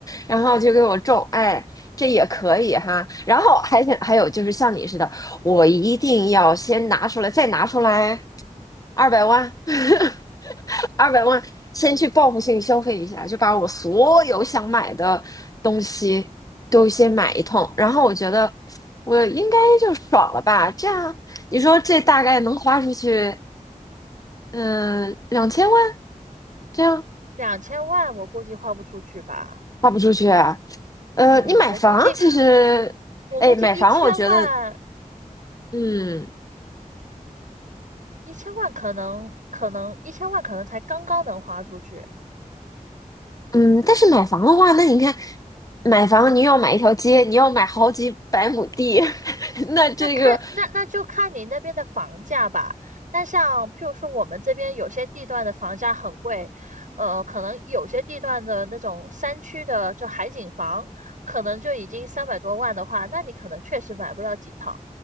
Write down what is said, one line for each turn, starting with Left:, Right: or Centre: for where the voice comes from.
Left: 然后就给我种，哎，这也可以哈。然后还想还有就是像你似的，我一定要先拿出来，再拿出来二百万，<laughs> 二百万，先去报复性消费一下，就把我所有想买的东西都先买一通，然后我觉得我应该就爽了吧，这样你说这大概能花出去嗯，两千万这样
Right: 两千万我估计花不出去吧，
Left: 花不出去啊。呃，
Right: 嗯，
Left: 你买房其实，
Right: 我估计我估计一千万
Left: 哎，买房我觉得，嗯
Right: 一千万可能可能一千万可能才刚刚能花出去。
Left: 嗯，但是买房的话，那你看，买房你要买一条街，你要买好几百亩地，<laughs> 那这个
Right: 那看那那就看你那边的房价吧。那像譬如说我们这边有些地段的房价很贵，呃，可能有些地段的那种山区的就海景房，可能就已经三百多万的话，那你可能确实买不了几套。